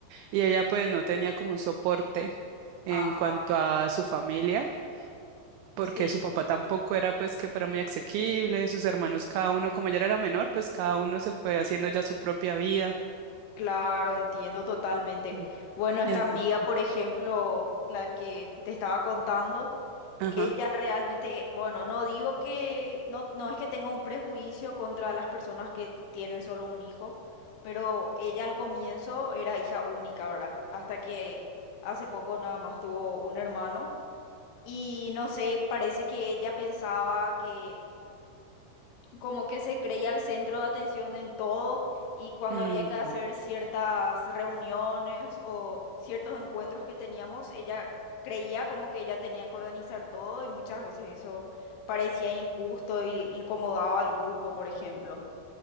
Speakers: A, on the right; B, on the left.
A: Y ella pues no tenía como un soporte en
B: Ah,
A: cuanto a su familia. porque
B: sí.
A: su papá tampoco era pues que fuera muy asequible, sus hermanos cada uno, como ella era la menor, pues cada uno se fue haciendo ya su propia vida.
B: Claro, entiendo totalmente.
A: Mm.
B: Bueno, esta
A: Y entonces,
B: amiga, por ejemplo, la que te estaba contando,
A: ajá.
B: ella realmente, bueno, no digo que, no, no es que tenga un prejuicio contra las personas que tienen solo un hijo, pero ella al comienzo era hija única, ¿verdad? Hasta que hace poco nada más tuvo un hermano y no sé, parece que ella pensaba que como que se creía el centro de atención en todo y cuando
A: mm,
B: había que hacer
A: claro.
B: ciertas reuniones o ciertos encuentros que teníamos, ella creía como que ella tenía que organizar todo y muchas veces eso parecía injusto y incomodaba al grupo, por ejemplo.